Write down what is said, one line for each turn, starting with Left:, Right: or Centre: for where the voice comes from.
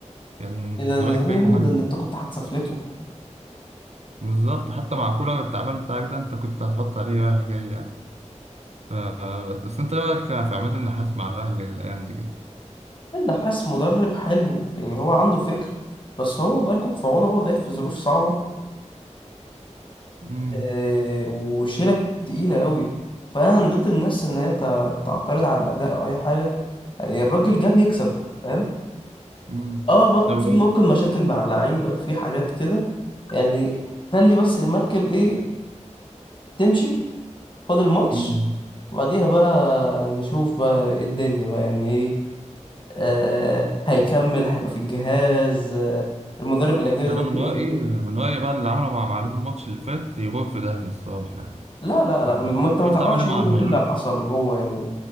Right: كان
Left: إيه ده
Right: الزمالك
Left: ده زمان
Right: فريق
Left: يا ابني
Right: مهاجم
Left: ده ده انت كنت هتسفلته
Right: بالظبط حتى مع كولر التعبان بتاعك ده انت كنت هتحط عليه رايح جاي يعني. آه بس انت إيه رايك في عماد النحاس مع الاهلي الايام دي كده
Left: النحاس <laughs> مدرب حلو يعني هو عنده فكر بس هو الله يكون في عونه هو جاي في ظروف صعبه
Right: امم
Left: آه، وشيلة تقيلة قوي فأنا من ضد الناس إن هي تع- تعترض على الأداء أو أي حاجة يعني الراجل جاب يكسب فاهم
Right: امم
Left: اه ما-
Right: طب
Left: في
Right: ايه
Left: ممكن مشاكل مع اللعيبة في حاجات كده يعني خلي بس المركب ايه تمشي فاضل ماتش
Right: امم
Left: وبعديها بقى نشوف بقى ايه الدنيا بقى يعني ايه آه هيكمل هيبقى في الجهاز آه المدرب الأجنبي ده
Right: انا
Left: ممكن
Right: من رايي
Left: يكمل
Right: من رايي بقى اللي عمله مع معلول الماتش اللي فات يروح في داهيه الصراحه يعني
Left: لا لا لا
Right: انت
Left: ما انت ما
Right: شفت
Left: تعرفش
Right: عمل ايه
Left: برضه
Right: مع معلول
Left: ايه اللي حصل جوه يعني